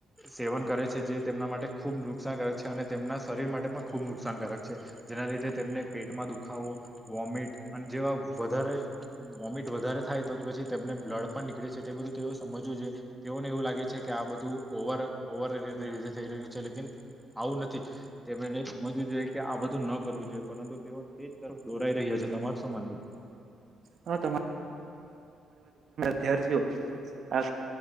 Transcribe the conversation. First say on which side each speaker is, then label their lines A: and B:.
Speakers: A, in the centre; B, on the right (about 55°).
A: સેવન કરે છે જે તેમના માટે ખૂબ નુકસાનકારક છે. અને તેમના શરીર માટે પણ ખૂબ નુકસાનકારક છે. જેના લીધે તેમને પેટમાં દુખાવો, વોમિટ અને જેવા વધારે વોમિટ વધારે થાય તો તો પછી તેમને બ્લડ પણ નીકળે છે. તે બધું તેઓ સમજવું જોઈયે. તેઓને એવું લાગે છે કે આ બધું ઓવર ઓવર ર ને લીધે થઈ રહ્યું છે. લેકીન આવું નથી. તેમને સમજવું જોઈએ કે આ બધું ન કરવું જોઈએ. પરંતુ તેઓ તેજ તરફ દોરાઈ રહી તમાર શું માનવું?
B: હા તમા ત્યારથીયો આ